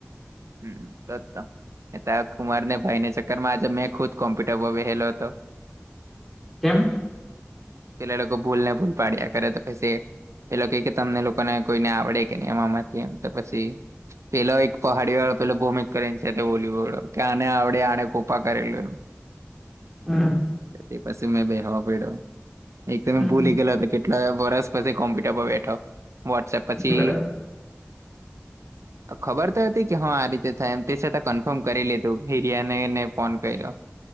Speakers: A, on the right; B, in the centre.
A: હમ્મ તોતો તારા કુમાર ને ભાઈને ચક્કરમાં આજે મેં ખુદ કોમ્પ્યુટર પર બેહેલો હતો.
B: કેમ
A: પેલા લોકો ભૂલ ને ભૂલ પાડ્યા કરે તો પસે પેલો કૈ કે તમને લોકોને કોઈને આવડે કે નહી એમા માંથી એમ તો પછી પેલો એક ખાડીવાડો પેલો ભૂમિક કરિને છે તે બોલીવુડ કે આને આવડે આને કોપા કરેલું એમ
B: હમ
A: તે પછી મે બેહવા પડ્યો એક તો
B: હમ
A: મે ભૂલી ગેલો હતો કે કેટલ વરસ પછી કોમ્પ્યુટર પર બેઠો વોટ્સએપ પછી
B: બરાબર
A: ખબર ત હતી કે હ આ રીતે થાય એમ તે છતાં કન્ફર્મ કરી લીધું હિરિયાને ફોન કર્યો.